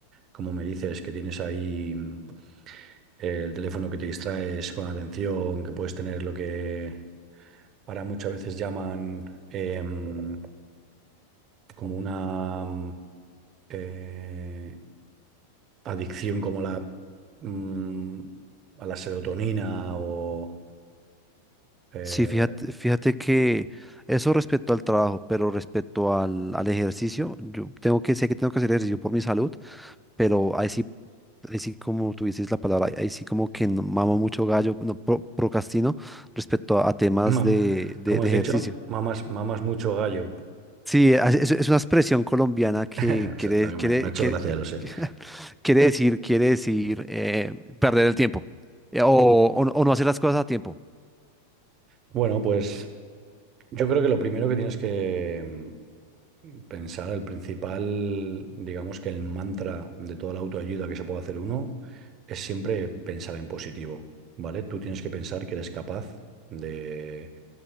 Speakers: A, on the right; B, in the centre.
A: como me dices, que tienes ahí mm, el teléfono que te distraes con atención, que puedes tener lo que ahora muchas veces llaman em, como una mm, eh, adicción como la mm, a la serotonina o... eh,
B: Sí, fíjate, fíjate que eso respecto al trabajo, pero respecto al, al ejercicio, yo tengo que, sé que tengo que hacer ejercicio por mi salud, pero ahí sí, ahí sí como tú dices la palabra, ahí ahí sí como que no- mamo mucho gallo, no, pro- procrastino respecto a, a temas
A: <laughs> ma-
B: de, de,
A: como
B: de
A: has
B: ejercicio.
A: dicho, mamas, mamas mucho gallo.
B: Sí, a- es, es una expresión colombiana que
A: <laughs> O
B: quiere,
A: sea, no,
B: quiere,
A: me, me ha hecho
B: quiere,
A: gracia, lo sé.
B: <laughs> quiere decir, quiere decir eh, perder el tiempo eh, o, o no o no hacer las cosas a tiempo.
A: Bueno, pues yo creo que lo primero que tienes que mm, pensar, el principal, digamos que el mantra de toda la autoayuda que se puede hacer uno, es siempre pensar en positivo, ¿vale? Tú tienes que pensar que eres capaz de,